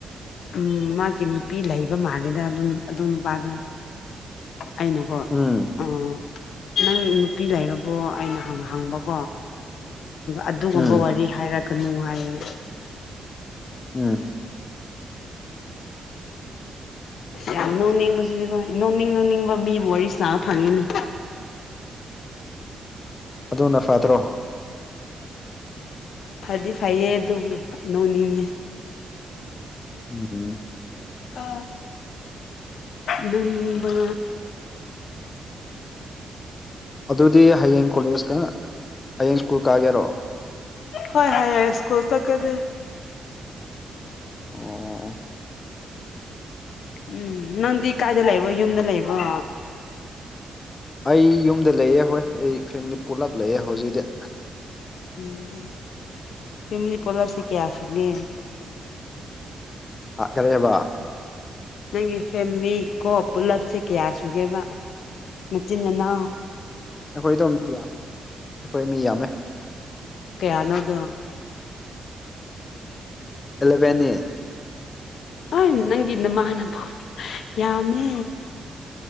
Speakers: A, on the left; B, on the left.
A: ꯎꯝ ꯃꯥꯒꯤ ꯅꯨꯄꯤ ꯂꯩꯕ ꯃꯥꯜꯜꯂꯤꯦꯗ ꯑꯗꯣ ꯅꯨꯄꯥꯗꯣ ꯑꯩꯅꯀꯣ
B: ꯎꯝ
A: ꯑ ꯅꯪ ꯅꯨꯄꯤ ꯂꯩꯔꯕꯣ ꯑꯩꯅ ꯍꯪꯕꯀꯣ ꯑꯗꯨꯒꯨꯝꯕ
B: ꯎꯝ
A: ꯋꯥꯔꯤ ꯍꯥꯏꯔꯛꯀꯅꯨ ꯍꯥꯏꯌꯦ
B: ꯎꯝ
A: ꯌꯥꯝ ꯅꯧꯅꯤꯡꯕꯁꯤꯗꯤꯀꯣ ꯅꯣꯡꯅꯤꯡ ꯅꯣꯡꯅꯤꯡꯕ ꯃꯤꯕꯨ ꯋꯥꯔꯤ ꯁꯥꯕ ꯐꯪꯉꯤꯅꯦ <inaudible>
B: ꯑꯗꯨꯅ ꯐꯗ꯭ꯔꯣ
A: ꯐꯗꯤ ꯐꯌꯦ ꯑꯗꯨ ꯅꯣꯡꯅꯤꯡꯦ
B: ꯎꯝ
A: ꯑ ꯅꯝꯕ
B: ꯑꯗꯨꯗꯤ ꯍꯌꯦꯡ ꯀꯣꯂꯦꯖꯀ ꯍꯌꯦꯡ ꯁ꯭ꯀꯨꯜ ꯀꯥꯒꯦꯔꯣ
A: ꯍ ꯍ ꯍꯥꯏ ꯁꯀꯨꯜ ꯇ ꯀꯗ
B: ꯑꯣ
A: ꯎꯝ ꯅꯪꯗꯤ ꯀꯥꯏꯗ ꯂꯩꯕꯣ ꯌꯨꯝꯗ ꯂꯩꯕ꯭ꯔꯣ
B: ꯑꯩ ꯌꯨꯝꯗ ꯂꯩꯑꯦ ꯍꯣꯏ ꯑꯩ ꯐꯦꯃꯤꯂꯤ ꯄꯨꯂꯞ ꯂꯩꯑꯦ ꯍꯧꯖꯤꯛꯗꯤ
A: ꯎꯝ ꯐꯅꯤ ꯄꯣꯂꯔꯁꯤ ꯀꯌꯥꯁꯨ ꯃ
B: ꯑ ꯀꯔꯦꯕ
A: ꯅꯪꯒꯤ ꯐꯦꯃꯤꯂꯤ ꯀꯣ ꯄꯨꯂꯞꯁꯦ ꯀꯌꯥ ꯁꯨꯒꯦꯕ ꯅꯆꯤꯟꯗꯅꯥ
B: ꯑꯩꯈꯣꯏꯗꯣ ꯃꯤ ꯌꯥꯝ ꯑꯩꯈꯣꯏ ꯃꯤ ꯌꯥꯝꯃꯦ
A: ꯀꯌꯥꯅꯣꯗꯣ
B: ꯑꯦꯂꯚꯦꯟ
A: ꯑ ꯅꯪꯅ ꯃꯥꯅꯚꯨꯃꯤ ꯌꯥꯃꯦ